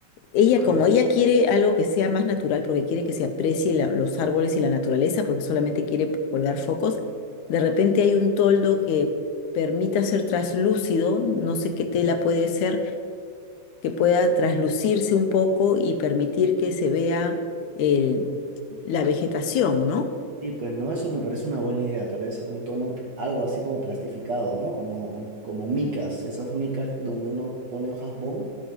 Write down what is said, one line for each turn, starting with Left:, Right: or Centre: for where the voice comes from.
Left: Ella,
Right: Mm.
Left: como ella quiere algo que sea más natural, porque quiere que se aprecie la- los árboles y la naturaleza, porque solamente quiere colgar focos, de repente hay un toldo que permita ser traslúcido, no sé qué tela puede ser, que pueda traslucirse un poco y permitir que se vea el- la vegetación, ¿no?
Right: Sí, pues no, eso me parece una buena idea. Tal vez un tono, p- algo así como plastificado, ¿no? Como, como micas, esas micas donde uno pone hojas bond.